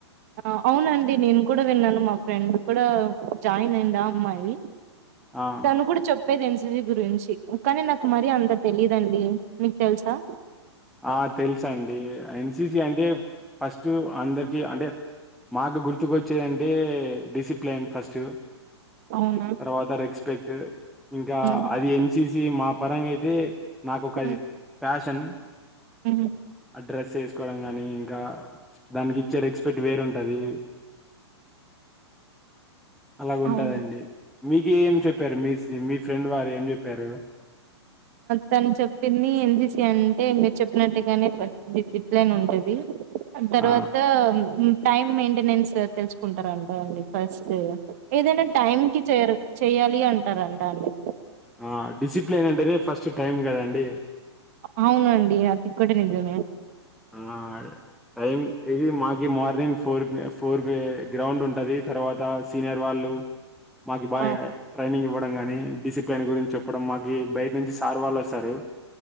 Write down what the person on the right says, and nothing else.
ఆ అవునండి నేను కూడా విన్నాను మా ఫ్రెండ్ కూడా జాయిన్ అయింది ఆ అమ్మాయి
తను కూడా చెప్పు ది ఎన్సిసి గురించి కానీ నాకు మరి అంత తెలీయదండి మీకు తెలుసా
అవునా
ఉమ్
ఉమ్
ఉహు
అవును
తను చెప్పింది ఎన్సిసి అంటే మీరు చెప్పినట్టుగానే ఫస్ట్ డిసిప్లిన్ ఉంటుంది తర్వాత
టైమ్ మెయింటెనెన్స్ తెలుసుకుంటారంట అండి ఫస్ట్ ఏదైనా టైం కి చేరు చేయాలి అంటారంట అండి
అవునండి అది కూడా నిజమే
ఆ!